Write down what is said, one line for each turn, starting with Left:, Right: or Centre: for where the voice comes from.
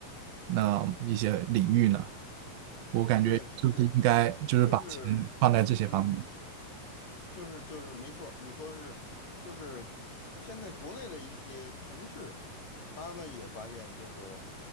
Right: 那一些领域呢，我感觉就是应该就是把钱放在这些方面。
Left: 对，是，就是，嗯。就是就是没错儿你说的是，就是现在国内的一些城市，他们也发现就是